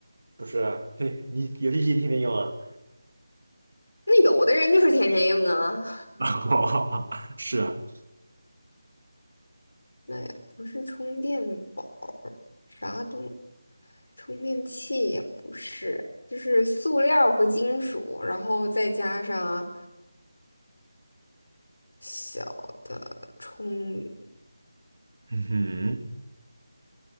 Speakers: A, on the right; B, on the left.
A: 不是啊，<laughs> 你游戏机天天用啊？
B: 那有的人就是天天用啊，
A: 哦 <laughs> 是啊，
B: <laughs> 那也不是充电宝，啥东，充电器也不是，就是塑料和金属，然后再加上小的充，
A: 嗯哼，